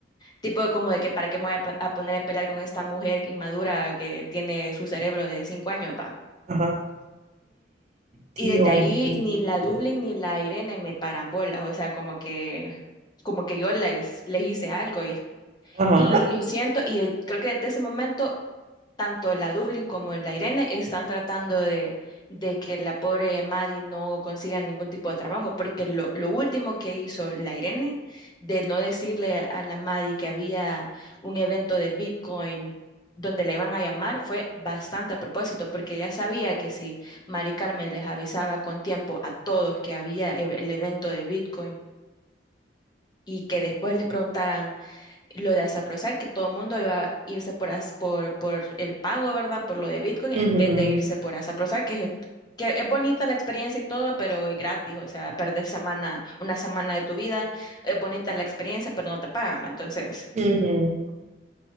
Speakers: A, on the left; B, on the right.
A: Tipo como de que para qué me voy a, p- a poner a pelear con esta mujer que inmadura que tiene su cerebro de cinco años, va.
B: Ajá.
A: Y
B: Dios
A: desde ahí
B: mío.
A: ni la Dublin ni la Irene me paran bolas, o sea, como que, como que yo les, les hice algo. Y,
B: Ajá.
A: y yo siento, y eh, creo que desde ese momento tanto la Dublin como la Irene están tratando de, de que la pobre Maddie no consiga ningún tipo de trabajo, porque lo, lo último que hizo la Irene, de no decirle a la Maddie que había un evento de Bitcoin donde la iban a llamar, fue bastante a propósito, porque ya sabía que si Mari Carmen les avisaba con tiempo a todos que había ev- el evento de Bitcoin y que después les preguntaran lo de Zaprozar, que todo el mundo iba a irse por, as- por, por el pago, ¿verdad? Por lo de Bitcoin, en
B: Ujú,
A: vez de irse por Zaprozar, que es, que es bonita la experiencia y todo, pero es gratis, o sea, perder semana, una semana de tu vida, es bonita la experiencia, pero no te pagan, ¿va? Entonces,
B: ujú.